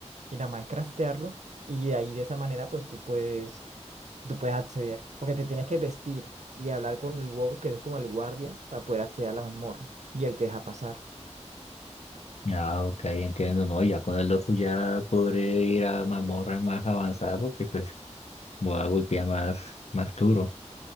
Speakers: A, on the right; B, on the left.
A: y nada más es craftearlo. Y ahí de esa manera, pues tú puedes, tú puedes acceder. Porque te tienes que vestir y hablar con el WOW, que es como el guardia, para poder acceder a la mazmorra. Y él te deja pasar.
B: Ah, ok, entiendo, no, ya con el Dofu ya podré ir a mazmorras más avanzadas porque pues voy a golpear más, más duro.